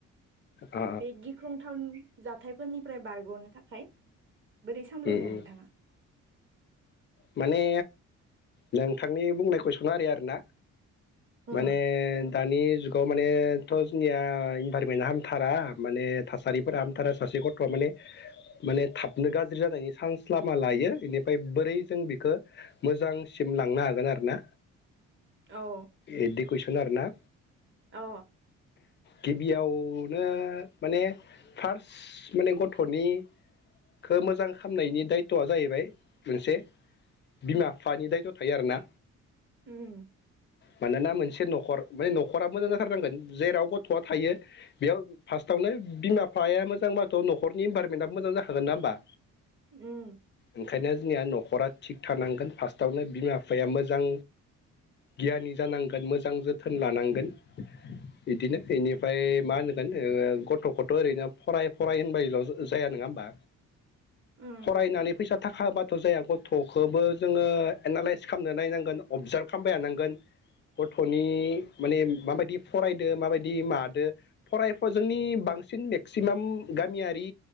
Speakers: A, on the left; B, on the right.
A: अ
B: बे गिख्रंथाव जाथाय फोरनिफ्राय बारग'नो थाखाय बोरै सामलायगोन
A: उम उम
B: नोंथाङा?
A: माने नोंथांनि बुंनाय कुइसना ओरै आरोना
B: उम
A: माने दानि जुगाव मानेथ' जोंनिया इनभाइरमेन्टआ हामथारा माने थासारिफोरा हामथारा सासे गथ'आ माने माने थाबनो गाज्रि जानायनि चान्स लामा लायो, बेनिफ्राय बोरै जों बेखौ मोजांसिम लांनो हागोन आरोना
B: औ
A: बिदि कुइसन आरोना
B: औ
A: गिबियाव नो माने फार्स्ट माने गथ'नि खो मोजां खालामामनायनि दायथ'आ जाहैबाय मोनसे, बिमा-बिफानि दायथ' थायो आरोना।
B: उम
A: मानोना मोनसे न'खर माने न'खरा मोजां जाथारनांगोन, जेराव गथ'आ थायो बेयाव फार्स्टआवनो बिमा-बिफाया मोजांबाथ' नख
B: उम
A: ओंखायनो जोंनिया न'खरा थिग थानांगोन फार्स्टआवनो बिमा-बिफाया मोजां गियानि जानांगोन, मोजां जोथोन लानांगोन। बिदिनो बेनिफ्राय मा होनगोन ओ गथ'खौथ' ओरैनो फराय फराय होनबायल' जायानो नङा होमबा?
B: उम
A: फरायनानै फैसा थाखा होबाथ' जाया गथ' खौबो जोङो एनालइस खालामना नायनांगोन, अबजार्भ खालामबाय थानांगोन, गथ'नि माने माबायदि फरायदो माबायदि मादो फरायफ जोंनि बा बांसिन मेक्सिमाम गामियारि